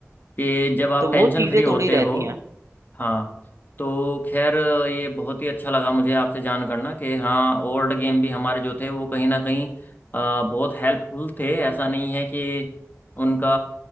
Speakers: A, on the left; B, on the right.
A: कि जब आप
B: तो वो
A: टेंशन
B: चीजें
A: फ्री होते
B: थोड़ी रहती
A: हो
B: हैं
A: हाँ तो खैर ये बहुत ही अच्छा लगा मुझे आपसे जान करना कि हाँ ओल्ड गेम भी हमारे जो थे वो कहीं ना कहीं अ, बहुत हेल्पफुल थे ऐसा नहीं है कि उनका